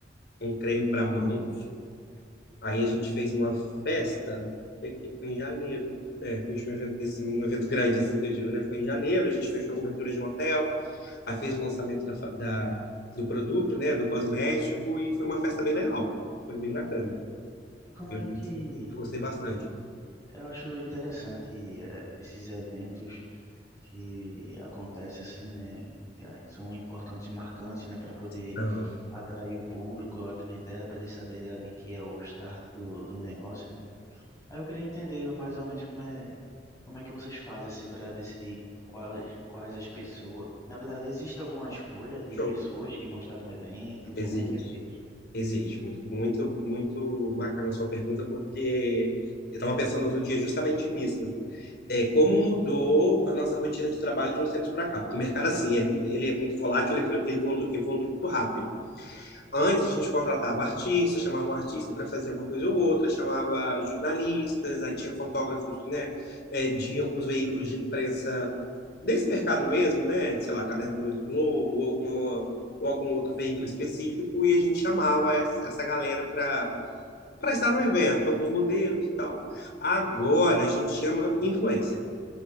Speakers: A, on the left; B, on the left.
A: um creme para mãos. Aí a gente fez uma festa, foi que- foi em janeiro. É, o último evento desse, um evento grande, assim que eu digo, né? Foi em janeiro, a gente fechou a cobertura de um hotel, aí fez o lançamento da, fa- da- do produto, né? Do cosmético, e foi uma festa bem legal. Foi bem bacana.
B: E como
A: Eu,
B: é que
A: eu gostei bastante.
B: eu acho interessante eh, esses eventos que acontece assim, né? é, São importantes e marcantes, né, para poder
A: Então,
B: atrair o público, a clientela, para eles saberem ali que é o start do, do negócio, né? Aí eu queria entender mais ou menos como é, como é que vocês fazem assim para decidir quais, quais as pessoas. Na verdade, existe alguma escolha de
A: show.
B: pessoas que vão estar no evento?
A: Existe.
B: Como é que é feito?
A: Exige. Muito, muito, muito bacana a sua pergunta, porque eu estava pensando outro dia justamente nisso. É, como mudou a nossa rotina de trabalho de uns tempos para cá? Porque o mercado, assim, é- ele é muito volátil, ele evolu- ele evolu- evolui muito rápido. Antes, a gente contratava artistas, chamava um artista para fazer alguma coisa ou outra, chamava jornalistas, aí tinha fotógrafos, né, é, de alguns veículos de imprensa desse mercado mesmo, né? Sei lá, Caderno dois do Globo, ou, alguma, ou algum outro veículo específico, e a gente chamava essa essa galera para para estar no evento, alguns modelos e tal. Agora a gente chama influencer.